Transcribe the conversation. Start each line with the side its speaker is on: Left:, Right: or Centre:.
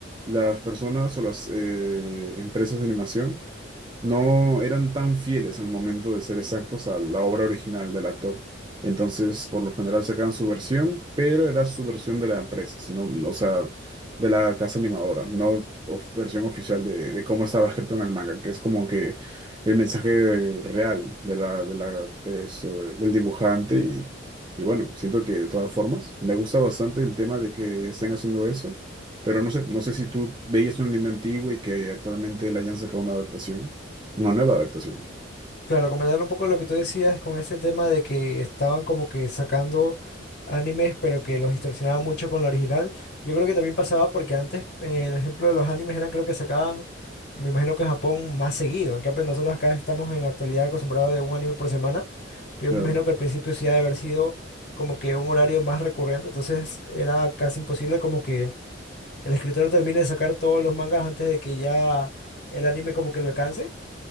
Right: las personas o las eh, empresas de animación no eran tan fieles al momento de ser exactos a la obra original del actor. Entonces, por lo general sacaban su versión, pero era su versión de la empresa, sino, no, o sea, de la casa animadora, no of- versión oficial de, de cómo estaba escrito en el manga, que es como que el mensaje real de la, de la, de eso, del dibujante. Y, y bueno, siento que de todas formas me gusta bastante el tema de que estén haciendo eso, pero no sé, no sé si tú veías un anime antiguo y que actualmente le hayan sacado una adaptación. Una nueva adaptación.
Left: Claro, comentar un poco lo que tú decías con ese tema de que estaban como que sacando animes, pero que los distorsionaban mucho con la original. Yo creo que también pasaba porque antes, eh, el ejemplo de los animes era creo que sacaban, me imagino que en Japón más seguido. En cambio, nosotros acá estamos en la actualidad acostumbrados de un anime por semana, pero
Right: Claro,
Left: yo me imagino que al principio sí ha de haber sido como que un horario más recurrente, entonces era casi imposible como que el escritor termine de sacar todos los mangas antes de que ya el anime como que lo alcance.